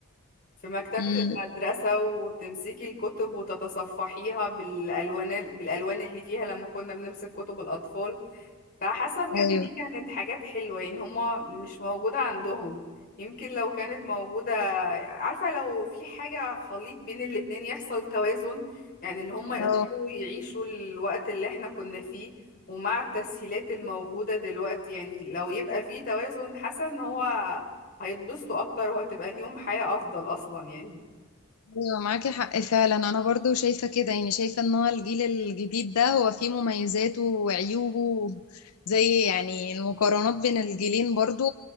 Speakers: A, on the left; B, on the left.
A: في مكتبة
B: امم
A: المدرسة وتمسكي الكتب وتتصفحيها بالألوان بالألوان اللي فيها لما كنا بنمسك كتب الأطفال فحاسه بجد
B: ايوه
A: دي كانت حاجات حلوه يعني هما مش موجوده عندهم يمكن لو كانت موجوده عارفه لو في حاجه خليط بين الاتنين يحصل توازن يعني اللي هما يقدروا
B: آه.
A: يعيشوا الوقت اللي احنا كنا فيه ومع التسهيلات الموجوده دلوقتي يعني لو يبقى في توازن حاسه ان هو هيتبسطوا اكتر وهتبقى ليهم حياه افضل اصلا يعني
B: ايوه معاكي حق فعلا انا برضو شايفه كده يعني شايفه ان هو الجيل الجديد ده هو فيه مميزاته وعيوبه زي يعني المقارنات بين الجيلين برضو